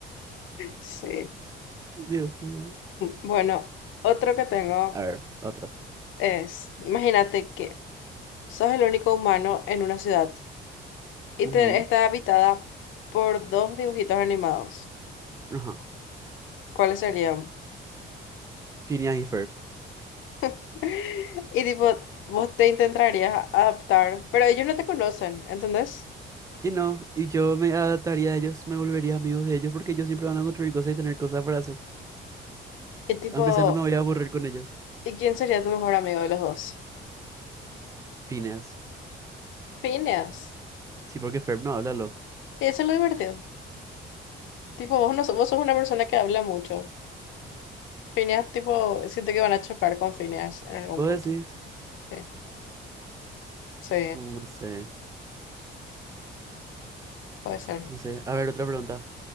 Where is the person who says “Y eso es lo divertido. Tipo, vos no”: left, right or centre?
Left